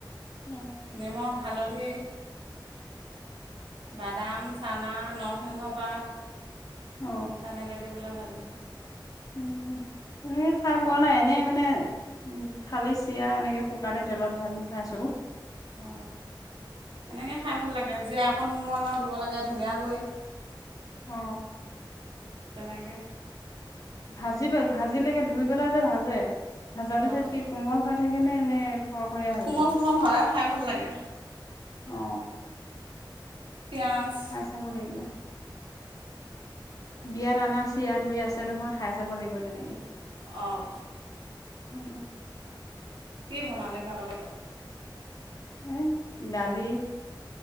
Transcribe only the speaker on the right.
নিমখ হালধি বাদাম চানা নৰসিংহ পাত
তেনেকৈ দি পলৈ ভাজ ছ
অ এনেকে খাই ভাল লাগে জীয়াকণমান দিব লাগে ধুনীয়ৈ
তেনেকে
অঁ
কোমল
কোমল হয় খাই ভাল লাগে
পিঁয়াজ
আহঁ
কি বনালে ভাড়া লগত